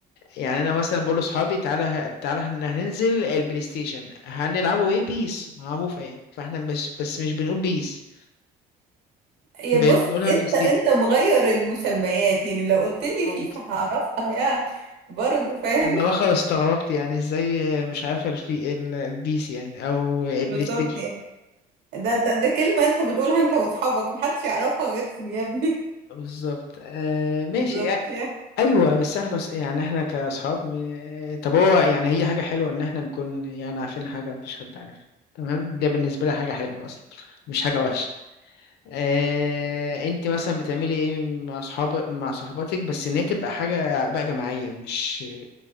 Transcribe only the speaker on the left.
يعني انا مثلا بقول لاصحابي تعالى ه- تعالى احنا هننزل البلاي ستيشن هنلعبوا ايه بيس معروفه يعني فاحنا مش بس مش بنقول بيس
بنقولها
بلاي ستيشن
ممكن
انا بقى استغربت يعني ازاي مش عارف الفي ال- البيس يعني او
البلاي
ستيشن
بالظبط آه ماشي
آه،
ايوه بس احنا كص... يعني احنا كاصحاب م- طب هو يعني هي حاجه حلوه ان احنا نكون يعني عارفين حاجه مفيش حد عارفها تمام ده بالنسبه لي حاجه حلوه اصلا مش حاجه وحشه آه انت مثلا بتعملي ايه مع صحاب مع صحباتك بس ان هي تبقى حاجه بقى جماعيه مش